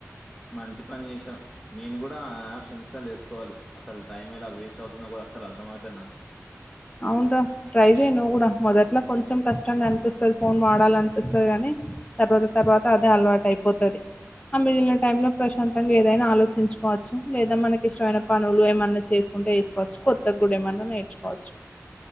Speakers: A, in the centre; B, on the left.
A: మంచి పని చేసావ్ నేను కూడా ఆ యాప్స్ ఇన్స్టాల్ చేసుకోవాలి అసలు టైం ఎలా వేస్ట్ అవుతుందో కూడా అసలు అర్థమవుతది నాక్
B: అవున్రా ట్రై చేయ్ నువ్వు కూడా మొదట్లో కొంచెం కష్టంగా అనిపిస్తది ఫోన్ వాడాలనిపిస్తది కానీ తర్వాత తర్వాత అదే అలవాటయిపోతది ఆ మిగిలిన టైం లో ప్రశాంతంగా ఏదైనా ఆలోచించుకోవచ్చు లేదా మనకి ఇష్టమైన పనులు ఏమన్నా చేసు ఉంటే ఎసుకోవచ్చు కొత్తగుడేమనున్నా నేర్చుకోవచ్చు